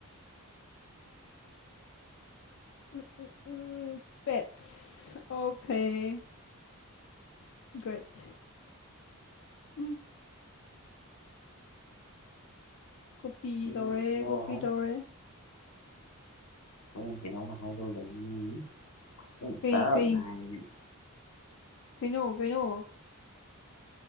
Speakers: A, on the left; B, on the left.
A: ꯎꯝ ꯎꯝ ꯎꯝ ꯄꯦꯠꯁ ꯑꯣꯀꯦ ꯭ꯔꯦꯠ ꯎ ꯀꯣꯄꯤ
B: ꯅꯉꯣꯟꯗ
A: ꯇꯧꯔꯦ ꯀꯣꯄꯤ ꯇꯧꯔꯦ
B: ꯑꯩ ꯀꯩꯅꯣꯝꯃ ꯍꯥꯏꯗꯣ ꯂꯩꯅꯤꯡꯉꯅꯤ
A: ꯀꯩ,
B: ꯇꯞꯅ
A: ꯀꯩ,
B: ꯍꯥꯏꯅꯤꯡꯉꯤ
A: ꯀꯩꯅꯣ ꯀꯩꯅꯣ